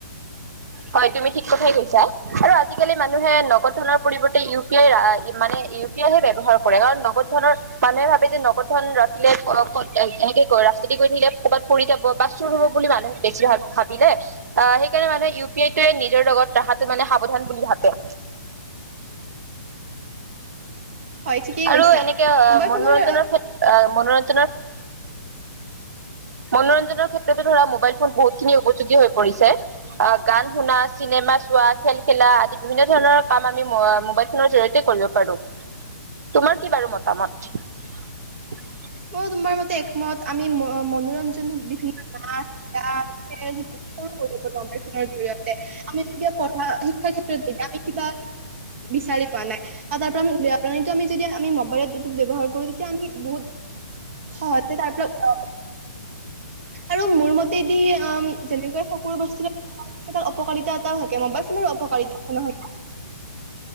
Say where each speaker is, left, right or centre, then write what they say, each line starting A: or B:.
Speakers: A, on the right (about 65°); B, on the right (about 45°).
A: হয় তুমি ঠিক কথাই কৈছা আৰু আজিকালি মানুহে নগদ ধনৰ পৰিৱৰ্তে ইউ পি আই মানে ইউ পি আইহে বে হয় কৰে কাৰণ নগদ ধণৰ মানুহে ভাবে যে নগদ ধন ৰাখিলে এনেকে ক ৰাস্তা দি থাকিলে ক'ৰবাত পৰি যাব বা চুৰ হ'ব বুলি মানুহে বেছি ভাবিলে আহ সেইকাৰণে মানুহে ইউ সেইটোৱে নিজৰ লগত ৰখাটো মানে সাৱধান বুলি ভাবে।
B: হয় ঠিকেই
A: আৰু
B: কৈছা
A: এনেকে
B: মোবাইল
A: মনোৰঞ্জনৰ
B: ফোনৰ
A: ক্ষেত্ৰ মনোৰঞ্জনৰ মনোৰঞ্জনৰ ক্ষেত্ৰতো ধৰা মোবাইল ফোন বহুত খিনি উপযোগী হৈ পৰিছে আ গান শুনা চিনেমা চোৱা খেল খেলা আদি বিভিন্ন ধৰণৰ কাম আমি মোবাইল ফোনৰ জৰি়য়তে কৰিব পাৰো, তোমাৰ কি বাৰু মতামত।
B: মইও তোমাৰ মতে মত আমি মনোৰঞ্জন বিভিন্ন নাচ গান খেল <unintelligible> মোবাইল ফোনৰ জৰিয়তে আমি যেতিয়া পঢ়া শিক্ষাৰ ক্ষেত্ৰত যে আমি কিবা বিচাৰি পোৱা নাই বা তাৰ পৰা আমি উলিয়াব পৰা নাই এইটো আমি যেতিয়া আমি মোবাইলত এইটো ব্যৱহাৰ কৰো তেতিয়া আমি বহুত হয় তেতিয়া তাৰ পৰা আৰু মোৰ মত তেদিয়াম যেনেকৈ সকলো বস্তু যে পাই তাৰ অপকাৰিতাত থাকে মোবাইল ফোনৰ উপকাৰিতা নহয় নে